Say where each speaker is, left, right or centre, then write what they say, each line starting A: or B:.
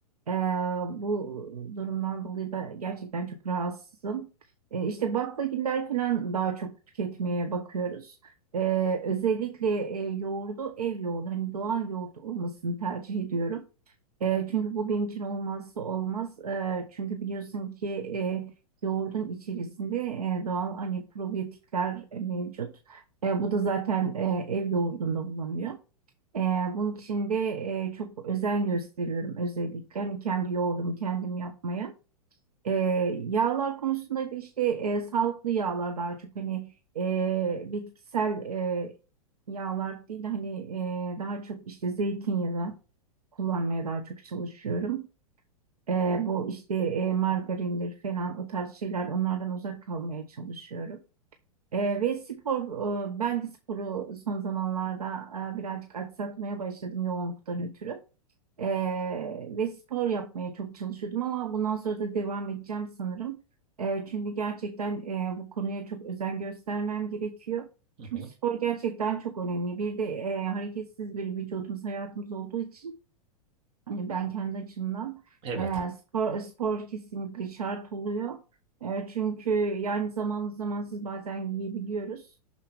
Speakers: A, on the right; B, on the right.
A: Ee, bu durumdan dolayı da gerçekten çok rahatsızım. Ee, işte baklagiller falan daha çok tüketmeye bakıyoruz. Ee, özellikle e, yoğurdu ev yoğurdu hani doğal yoğurt olmasını tercih ediyorum. Ee, çünkü bu benim için olmazsa olmaz. Ee, çünkü biliyorsun ki e, yoğurdun içerisinde e, doğal hani probiyotikler e, mevcut. E, bu da zaten e, ev yoğurdunda bulunuyor. E, bunun için de e, çok özen gösteriyorum özellikle. Hani kendi yoğurdumu kendim yapmaya. E, yağlar konusunda da işte e, sağlıklı yağlar daha çok hani e, bitkisel e, yağlar değil de hani e, daha çok işte zeytinyağı kullanmaya daha çok çalışıyorum. E, bu işte e, margarindir falan o tarz şeyler onlardan uzak kalmaya çalışıyorum. E, ve spor, e, ben de sporu son zamanlarda e, birazcık aksatmaya başladım yoğunluktan ötürü. Ee, ve spor yapmaya çok çalışıyordum ama bundan sonra da devam edeceğim sanırım. Ee, çünkü gerçekten e, bu konuya çok özen göstermem gerekiyor.
B: Hı
A: Çünkü
B: hı.
A: spor gerçekten çok önemli. Bir de e, hareketsiz bir vücudumuz, hayatımız olduğu için hani ben kendi açımdan
B: Evet.
A: e, spor spor kesinlikle şart oluyor. E, çünkü yani zamanlı zamansız bazen yiyebiliyoruz.